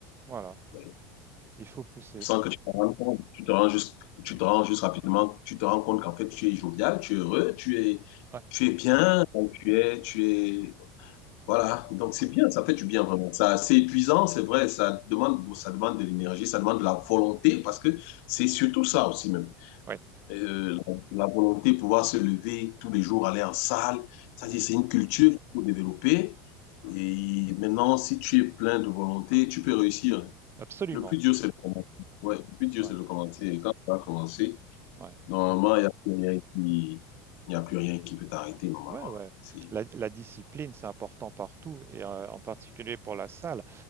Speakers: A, on the right (about 30°); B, on the left (about 65°).
A: Voilà,
B: Oui.
A: il faut pousser,
B: Sans
A: quoi.
B: que tu te rendes compte, tu te rends juste, tu te rends juste rapidement, tu te rends compte qu'en fait, tu es jovial, tu es heureux, tu es,
A: Ouais,
B: tu es bien, donc tu es, tu es, voilà. Donc, c'est bien,
A: Mm.
B: ça fait du bien vraiment. Ça, c'est épuisant, c'est vrai, ça demande, ça demande de l'énergie, ça demande de la volonté parce que c'est surtout ça aussi, même.
A: ouais,
B: euh, la, volonté de pouvoir se lever tous les jours, aller en salle. C'est-à-dire,
A: ouais,
B: c'est une culture qu'il faut développer. Et maintenant, si tu es plein de volonté, tu peux réussir.
A: absolument.
B: Le plus dur, c'est de commencer. Ouais, le plus dur,
A: Ouais,
B: c'est de commencer. Et quand tu vas commencer,
A: ouais,
B: normalement,
A: ouais,
B: il n'y a plus rien qui, il n'y a plus rien qui peut t'arrêter, normalement.
A: ouais, ouais.
B: C'est-
A: La, la discipline, c'est important partout et euh, en particulier pour la salle.